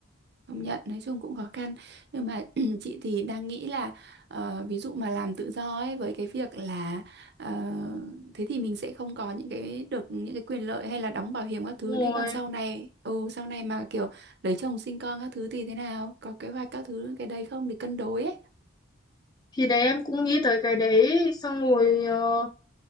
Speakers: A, on the right; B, on the left.
A: Công nhận nói chung cũng khó khăn nhưng mà <clears throat> chị thì đang nghĩ là ờ, ví dụ mà làm tự do ấy với cái việc là ờ, thế thì mình sẽ không có những cái được những cái quyền lợi hay là đóng bảo hiểm các
B: Đúng
A: thứ đấy còn
B: rồi
A: sau này ừ sau này mà kiểu lấy chồng sinh con các thứ thì thế nào có kế hoạch các thứ cái đấy không để cân đối ấy
B: thì đấy em cũng nghĩ tới cái đấy xong rồi ờ,